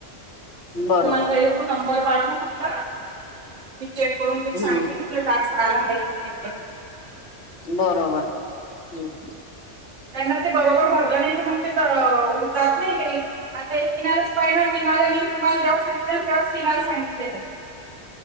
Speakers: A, on the left; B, on the right.
A: बरोबर
B: तुम्हाला पहिल त नंबर बाजूत चेक करून तू
A: हम्म
B: सांगते की तुला ता हा <unintelligible>
A: बरोबर हम्म.
B: त्यांना ते बरोबर भरलं नाही ते मग ते जात नाही का किनाच पाहिलं तनाला मी तुम्हाला जेव्हा सांगितते तेव्हाच तिनाला सांगितते ते